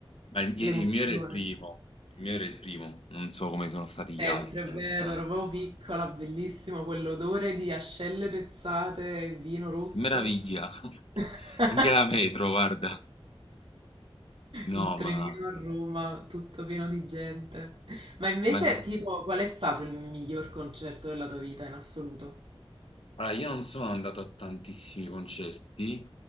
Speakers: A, on the left; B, on the right.
A: ma il,
B: l'emozione.
A: il mio era il primo, il mio era il primo, non so come sono stati
B: Sempre,
A: gli altri,
B: è vero,
A: onestamente.
B: ero proprio piccola, bellissimo, quell'odore di ascelle pezzate e vino rosso,
A: Che meraviglia! <laughs>
B: <laughs>
A: Anche la metro, guarda. No,
B: il trenino
A: ma,
B: a Roma, tutto pieno di gente. Ma invece,
A: ma ad esempio-
B: tipo, qual è stato il miglior concerto della tua vita in assoluto?
A: Allora, io non sono andato a tantissimi concerti,